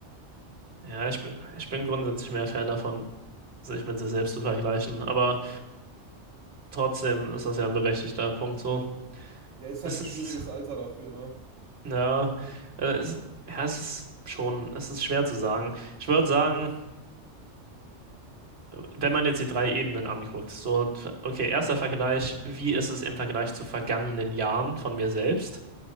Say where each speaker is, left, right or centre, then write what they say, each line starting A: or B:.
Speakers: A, on the right; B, on the right.
A: Ja, ich bin, ich bin grundsätzlich mehr Fan davon, sich mit sich selbst zu vergleichen, aber trotzdem ist das ja ein berechtigter Punkt so.
B: Ja, ist
A: Es
B: halt ein
A: ist,
B: schwieriges Alter dafür, ne?
A: ja, äh, es, ja, es ist schon, es ist schwer zu sagen. Ich würde sagen, wenn man jetzt die drei Ebenen anguckt, so, okay, erster Vergleich, wie ist es im Vergleich zu vergangenen Jahren von mir selbst?